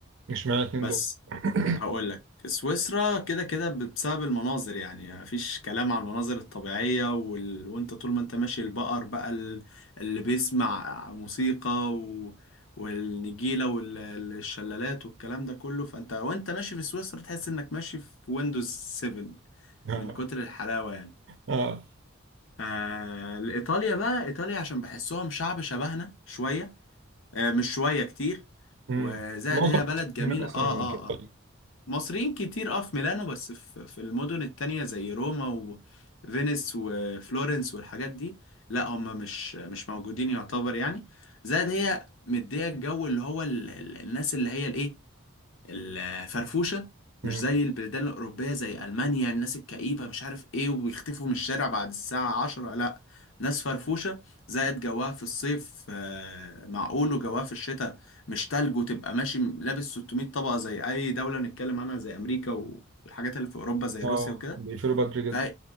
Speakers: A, on the right; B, on the left.
A: مش معنى اتنين
B: بس
A: دول <laughs>
B: هقول لك سويسرا كده كده بسبب المناظر يعني مفيش كلام على المناظر الطبيعية وال... وانت طول ما انت ماشي البقر بقى ال- اللي بيسمع موسيقى و... والنجيلة والشلالات والكلام ده كله فانت وانت ماشي في سويسرا تحس انك ماشي في ويندوز 7
A: اه
B: من كتر الحلاوة يعني
A: اه
B: آه... ايطاليا بقى ايطاليا عشان بحسهم شعب شبهنا شوية آه مش شوية كتير
A: مم.
B: وزائد
A: معظم
B: هي بلد جميلة
A: هناك أصلا
B: اه اه
A: كده
B: اه مصريين كتير اه في ميلانو بس في في المدن التانية زي روما وفينيس وفلورنس والحاجات دي لا هم مش مش موجودين يعتبر يعني زائد هي مدية الجو اللي هو ال- ال- الناس اللي هي الايه الفرفوشة مش
A: مم.
B: زي البلدان الأوروبية زي ألمانيا الناس الكئيبة مش عارف إيه وبيختفوا من الشارع بعد الساعة عشرة لأ ناس فرفوشة زائد جواها في الصيف آه، معقول وجواها في الشتاء مش تلج وتبقى ماشي لابس 600 طبقة زي أي دولة نتكلم عنها زي أمريكا والحاجات اللي في أوروبا زي
A: اه
B: روسيا وكده
A: بيقفلوا بدري جدا
B: ف...